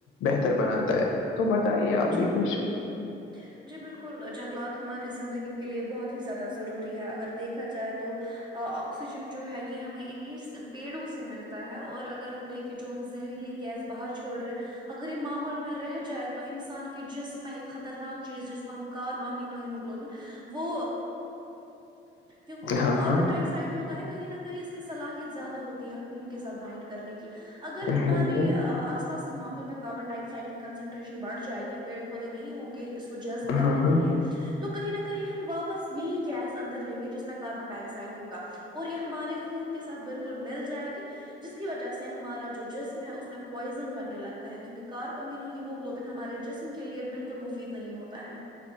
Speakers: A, on the left; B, on the right.
A: بہتر بناتا ہے تو بتائیے آپ
B: جی
A: بھی کچھ
B: بالکل جی بالکل جنگلات ہماری زندگی کے لیے بہت ہی زیادہ ضروری ہے اگر دیکھا جائے تو تو آکسیجن جو ہے یہ ہمیں انہیں پیڑوں سے ملتا ہے اور اگر ہم دیکھیں جو ہم زہریلی گیس باہر چھوڑ رہے ہیں اگر یہ ماحول میں رہ جائے تو ان انسان کے جسم میں ایک خطرناک چیز جس کو ہم کارب مینو ہیموگلوبن وہ کیونکہ جو
A: ہاں
B: کاربن
A: ہاں
B: ڈائیکس سائڈ ہوتا ہے کہیں نہ کہیں اس کی صلاحیت زیادہ ہوتی ہے خون کے سات بائنڈ کرنے کی اگر ہمارے
A: ہوں،
B: آس پاس کے ماحول میں کاربن ڈائی آکسائڈ کی کنسن ن بڑھ جائے گی پیڑ پودے نہیں ہوں گے اس کو جب کرنے
A: ہاں ہاں
B: کے لیے تو کہیں نہ کہیں ہم واپ بس یہی گیس اندر لیں گے جس میں کاربن ڈائی آکسائڈ ہوگا اور یہ ہمارے خون کے ساتھ بالکل مل جائے گی جس کی وجہ سے ہمارا جو جسم ہے اس میں پوائزن بننے لگتا ہے کیونکہ کارپمینو ہیمو گلوبن ہمارے جسم کے لیے بالکل مفید نہیں ہوتا ہے